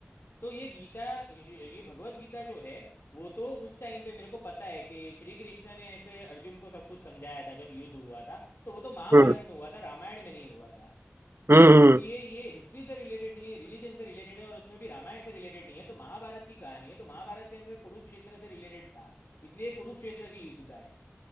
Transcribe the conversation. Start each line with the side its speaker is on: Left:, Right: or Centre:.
Left: तो ये गीता ये भगवत गीता जो है वो तो उस टाइम पे मेरे को पता है कि श्री कृष्ण ने ऐसे अर्जुन को सब कुछ समझाया था जब युद्ध हुआ था तो वो तो महाभारत
Right: हम्म
Left: में हुआ था रामायण में नहीं हुआ था
Right: हम्म
Left: इसलिए
Right: हम्म,
Left: ये हिस्ट्री से रिलेटेड नहीं है रिलीजन से रिलेटेड है और उसमें भी रामायण से रिलेटेड नहीं है तो महाभारत की कहानी है तो महाभारत के अंदर कुरुक्षेत्र से रिलेटेड था इसलिए कुरुक्षेत्र की युद्ध का है